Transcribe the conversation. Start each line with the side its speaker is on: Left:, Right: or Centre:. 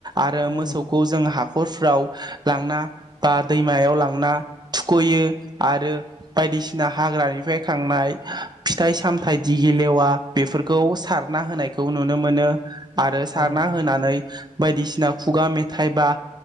Right: आरो
Left: औ
Right: मोसौखौ
Left: नोंथां
Right: जों हा खरफ्राव लांना बा दैमायाव लांना थुखयो आरो बायदिसिना हाग्रानिफ्राय खांनाय फिथाइ सामथाइ दि गेलेवा बेफोरखौ सारना होनायखौ नु नो मोनो आरो सारना
Left: औ
Right: होनानै बायदिसिना खुगा मेथ थाइबा